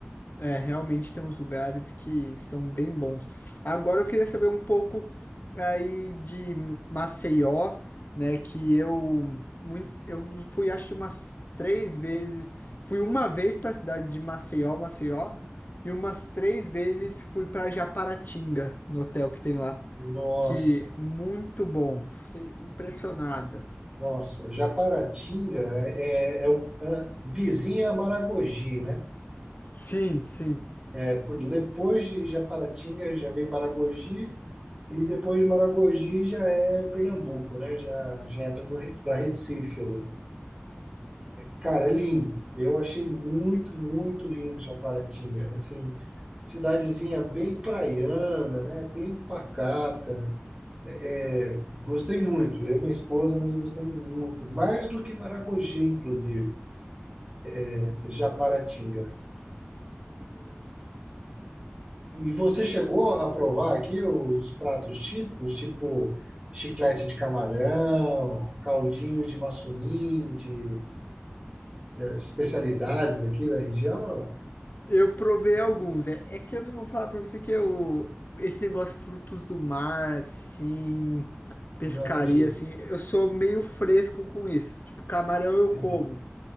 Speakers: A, on the left; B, on the right.
A: É, realmente tem uns lugares que são bem bons. Agora eu queria saber um pouco aí de Maceió, né? Que eu muito, eu fui acho que umas três vezes. Fui uma vez para a cidade de Maceió, Maceió, e umas três vezes fui para Japaratinga, no hotel que tem lá,
B: Nossa,
A: que muito bom. Fiquei impressionado.
B: nossa, Japaratinga é, é, é o, a vizinha a Maragogi, né?
A: Sim, sim.
B: É, por, depois de Japaratinga já vem Maragogi. E depois de Maragogi já é Pernambuco, né? Já, já entra para Recife ali. Cara, é lindo. Eu achei muito, muito lindo Japaratinga. Assim, cidadezinha bem praiana, né? Bem pacata. É, é, gostei muito. Eu e minha esposa, nós gostamos muito. Mais do que Maragogi, inclusive, né? Japaratinga. E você chegou a provar aqui os pratos típicos, tipo chiclete de camarão, caldinho de maçuninde, especialidades aqui da região?
A: Eu provei alguns. É, é que eu não vou falar pra você que eu. Esse negócio frutos do mar, assim. Pescaria,
B: Não, não contigo.
A: assim. Eu sou meio fresco com isso. Tipo, camarão eu
B: Entendi.
A: como.